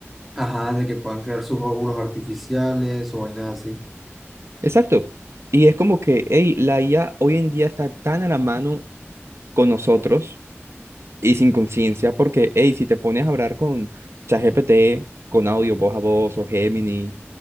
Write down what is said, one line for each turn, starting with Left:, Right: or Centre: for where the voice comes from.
Centre: ajá, de que puedan crear sus óvulos artificiales o vainas así.
Right: Exacto. Y es como que, hey, la IA hoy en día está tan a la mano con nosotros y sin conciencia, porque, hey, si te pones a hablar con ChatGPT, con audio voz a voz o Gemini,